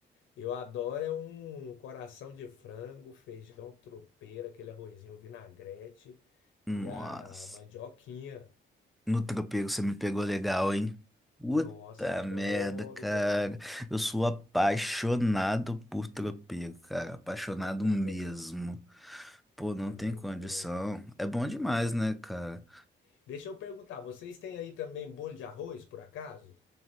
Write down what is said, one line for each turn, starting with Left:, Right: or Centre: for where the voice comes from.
Left: Eu adoro é um coração de frango, feijão tropeiro, aquele arrozinho vinagrete
Centre: Nossa.
Left: e a mandioquinha.
Centre: No tropeiro você me pegou legal, hein? Puta
Left: Nossa, eu adoro,
Centre: merda, cara.
Left: velho.
Centre: Eu sou apaixonado por tropeiro, cara. Apaixonado
Left: Eu também.
Centre: mesmo. Pô, não
Left: É
Centre: tem
Left: muito
Centre: condição.
Left: bom.
Centre: É bom demais, né, cara?
Left: Deixa eu perguntar, vocês têm aí também bolo de arroz, por acaso?